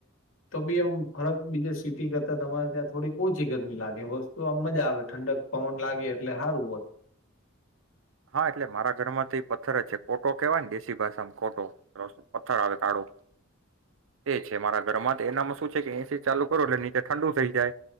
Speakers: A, on the left; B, on the right.
A: તો બી આમ ફરક બીજે સિટી કરતા તમારે ત્યાં થોડી ઓછી ગરમી લાગે વસ્તુ આમ મજા આવે ઠંડક પવન લાગે એટલે સારું હોય.
B: હા એટલે મારા ઘરમાં તો એ પથ્થર જ છે કોટો કેહેવાય ને દેશી ભાષામાં કોટો પથ્થર આવે કાળો, એ છે મારા ઘરમાં તો એનામાં શું છે કે એસી ચાલુ કરું એટ નીચે ઠંડુ થઈ જાય,